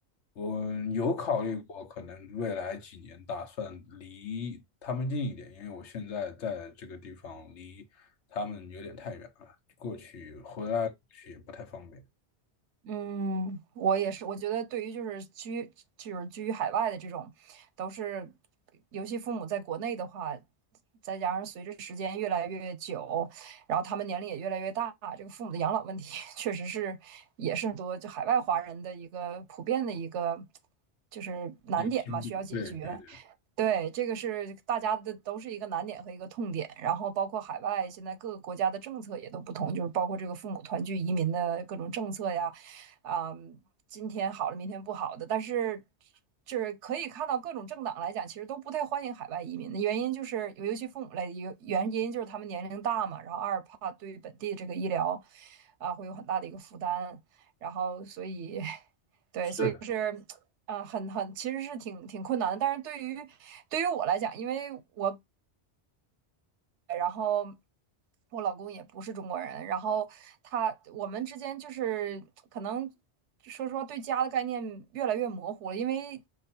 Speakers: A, on the left (about 85°); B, on the right (about 85°).
A: 我有考虑过，可能未来几年打算离他们近一点，因为我现在在这个地方离他们有点太远了，过去回来过去也不太方便，
B: 嗯，我也是，我觉得对于就是居就是居于海外的这种，都是，尤其父母在国内的话，再加上随着时间越来越久，然后他们年龄也越来越大，这个父母的养老问题 <laughs> 确实是也是很多就海外华人的一个普遍的一个就是难点吧，
A: 一个听不，
B: 需要解决。
A: 对对对，
B: 对，这个是大家的都是一个难点和一个痛点，然后包括海外现在各个国家的政策也都不同，就是包括这个父母团聚移民的各种政策呀，啊、今天好了，明天不好的，但是就是可以看到各种政党来讲，其实都不太欢迎海外移民的原因就是，尤其父母来，原原因就是他们年龄大嘛，然后二怕对于本地这个医疗啊会有很大的一个负担，然后所以 <laughs> 对，
A: 是的
B: 所以就是。嗯，呃很很，其实是挺挺困难的。但是对于对于我来讲，因为我然后我老公也不是中国人，然后他我们之间就是可能说实话对家的概念越来越模糊了，因为